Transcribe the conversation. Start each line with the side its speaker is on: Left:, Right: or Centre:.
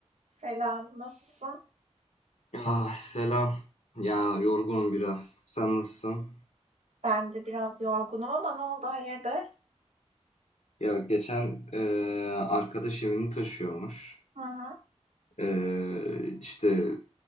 Right: Selam, nasılsın?
Left: Ah selam. Ya yorgunum biraz. Sen nasılsın?
Right: Ben de biraz yorgunum ama ne oldu, hayırdır?
Left: Ya geçen eee, arkadaş evini taşıyormuş.
Right: Hı hı,
Left: Eee işte